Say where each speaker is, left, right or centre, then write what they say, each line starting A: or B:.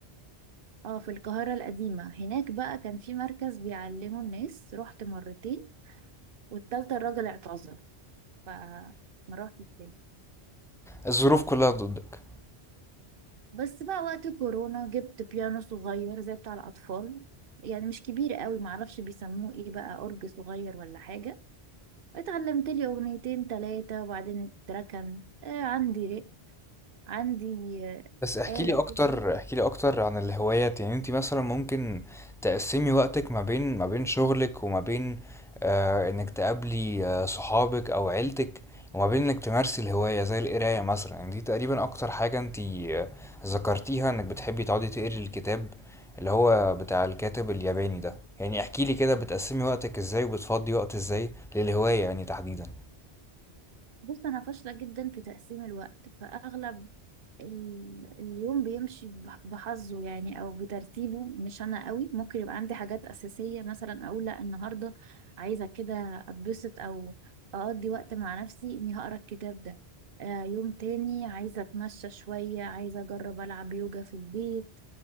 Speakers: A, on the right (about 55°); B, in the centre.
A: اه في القاهره القديمه هناك بقى كان في مركز بيعلموا الناس رحت مرتين والتالتة الراجل اعتذر فما روحتش تاني
B: الظروف كلها ضدك
A: بس بقى وقت كورونا جبت بيانو صغير زي بتاع الاطفال يعني مش كبير قوي معرفش بيسموه ايه بقى اورج صغير ولا حاجه اتعلمت لي اغنيتين تلاتة وبعدين اتركن آه عندي رق عندي
B: بس احكي
A: آلة
B: لي اكتر
A: كده
B: احكي لي اكتر عن الهوايات يعني انت مثلا ممكن تقسمي وقتك ما بين ما بين شغلك وما بين آه انك تقابلي آه صحابك او عيلتك وما بين انك تمارسي الهواية زي القراية مثلا يعني دي تقريبا اكتر حاجة انت آه، ذكرتيها انك بتحبي تقعدي تقري الكتاب اللي هو بتاع الكاتب الياباني ده يعني احكي لي كده بتقسمي وقتك ازاي وبتفضي وقت ازاي للهواية يعني تحديدا
A: بص أنا فاشلة جدا في تقسيم الوقت فأغلب ال- اليوم بيمشي بح- بحظه يعني أو بترتيبه مش أنا قوي ممكن يبقى عندي حاجات أساسية مثلا أقول لأ النهاردة عايزة كده أتبسط أو أقضي وقت مع نفسي إني هقرأ الكتاب ده آه يوم تاني عايزة أتمشى شوية عايزة أجرب ألعب يوجا في البيت